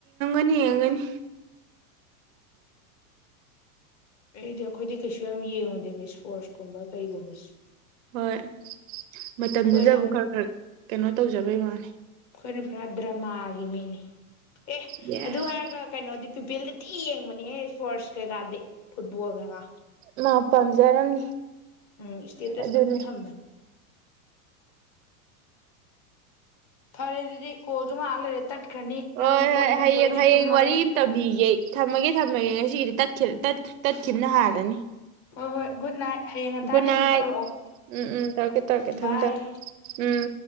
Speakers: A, on the right (about 60°); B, on the left (about 35°).
A: ꯅꯤ ꯌꯦꯒꯅꯤ
B: ꯑꯩꯗꯤ ꯑꯩꯈꯣꯏꯗꯤ ꯀꯩꯁꯨ ꯌꯥꯝ ꯌꯦꯡꯉꯨꯗꯦꯕ ꯏꯁꯄꯣꯔꯠꯁ ꯀꯨꯝꯕ ꯀꯩꯒꯨꯝꯕꯁꯦ
A: ꯍꯣꯏ ꯃꯇꯝꯗꯨꯗꯕꯨ
B: ꯑꯩꯈꯣꯏꯅ
A: ꯈꯔ ꯈꯔ ꯀꯩꯅꯣ ꯇꯧꯖꯕꯩ ꯋꯥꯅꯤ
B: ꯑꯩꯈꯣꯏꯅ ꯄꯨꯔꯥ ꯗ꯭ꯔꯃꯥꯒꯤꯦ ꯃꯤꯅꯤ ꯑꯦ
A: ꯌꯦꯁ
B: ꯑꯗꯨ ꯍꯥꯏꯒ ꯀꯩꯅꯣꯗꯤ ꯌ ꯄꯤ ꯑꯦꯜꯗꯤꯤ ꯌꯦꯡꯕꯅꯦꯍꯦ ꯏꯁꯄꯣꯔꯠꯁ ꯀꯩꯀꯥꯗꯤ ꯐꯨꯠꯕꯣꯜ ꯀꯩꯀꯥ
A: ꯃꯥ ꯄꯥꯝꯖꯔꯝꯅꯤ
B: ꯎꯝ ꯏꯁꯇꯦꯇꯁ
A: ꯑꯗꯨꯅꯤ
B: ꯈꯔ ꯊꯃ ꯐꯔꯦ ꯑꯗꯨꯗꯤ ꯀꯣꯁꯨ ꯉꯥꯏꯍꯥꯛ ꯂꯩꯔꯦ ꯇꯠꯈ꯭ꯔꯅꯤ ꯅꯪꯁꯨ
A: ꯍꯣꯏ
B: ꯀꯣꯟ
A: ꯍꯣꯏ
B: ꯐꯦꯡꯗꯣꯛ
A: ꯍꯌꯦꯡ
B: ꯑꯩꯁꯨ
A: ꯍꯌꯦꯡ
B: ꯇꯨꯝꯃꯒꯦ
A: ꯋꯥꯔꯤ ꯑꯃ ꯇꯝꯕꯤꯒꯦ ꯊꯝꯃꯒꯦ ꯊꯝꯃꯒꯦ ꯉꯁꯤꯒꯤꯗꯤ ꯇꯠꯈꯤꯕꯅ ꯍꯥꯂꯅꯤ
B: ꯍꯣꯏ ꯍꯣꯏ ꯨꯗ ꯅꯥꯏꯠ ꯍꯌꯦꯡ ꯉꯟꯇꯥ
A: ꯕꯨꯅꯥꯏ
B: ꯂꯤꯡꯗ ꯇꯧꯔꯛꯑꯣ
A: ꯎꯝ ꯎꯝ ꯇꯧꯔꯒꯦ ꯇꯧꯔꯒꯦ ꯊꯝꯃꯦ
B: ꯕꯥꯏ
A: ꯊꯦ ꯎꯝ